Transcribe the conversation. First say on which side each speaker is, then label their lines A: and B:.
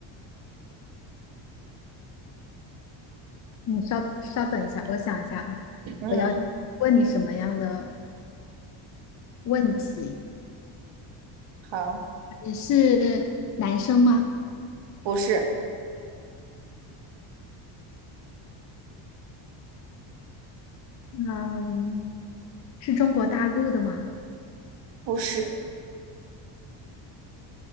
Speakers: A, on the left; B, on the right.
A: 你稍稍等一下，我想一下啊，
B: 嗯，
A: 我要问你什么样的问题？
B: 好，
A: 你是男生吗？
B: 不是
A: 嗯，是中国大陆的吗？
B: 不是